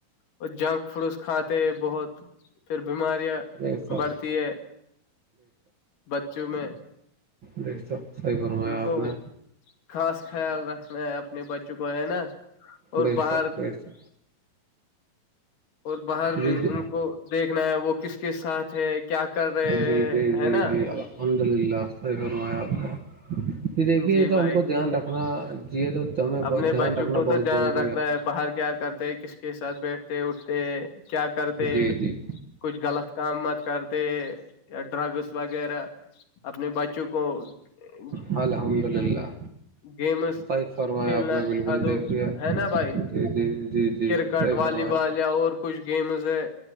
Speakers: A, on the left; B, on the right.
A: اور جنک فوس کھاتے بہت پھر بیماریاں
B: بے شک
A: بڑھتی ہے بچوں میں
B: دیکھ س صحیح فرمایا
A: ان کو
B: آپ نے
A: خاص خیال رکھنا ہے اپنے بچوں کو ہے نا اور
B: بیسا
A: باہر
B: ویسا
A: اور باہر بھی
B: جی جی
A: ان کو دیکھنا ہے وہ کس کس ساتھ ہے کیا کر رہے ہیں
B: جی جی جی
A: ہے نا
B: جی الحمد للہ ص فرمایا آپ نے یہ دیکھیے
A: جی
B: یہ تو
A: بھائی
B: ہم کو دھیان رکھنا یہ تو ہمیں
A: اپنے بچوں
B: دھیان رکھنا
A: کو
B: بہت
A: تو دھیان
B: ضروری
A: رکھنا
B: ہے
A: باہر کیا کرتے کس کے ساتھ بیٹھتے اٹھتے کیا کرتے
B: جی جی
A: کچھ غلط کام مت کرتے ہیں یا ڈرگس وغیرہ اپنے بچوں کو <unintelligible>
B: ہاں الحمد للہ
A: گیمز
B: صحیح فرمایا
A: کھیلنا
B: آپ نے بالکل
A: کھاد دو
B: دیکھیے
A: ہے نا بھائی
B: جی جی جی جی
A: کرکٹ
B: صحیح
A: والی
B: فرمایا
A: بال
B: آپ نے۔
A: یا اور کچھ گیمز ہے